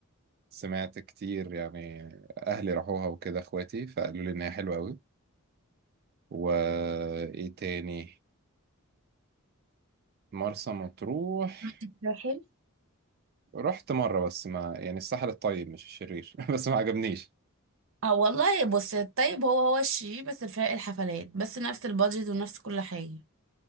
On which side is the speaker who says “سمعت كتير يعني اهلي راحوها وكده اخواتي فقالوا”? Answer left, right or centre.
Right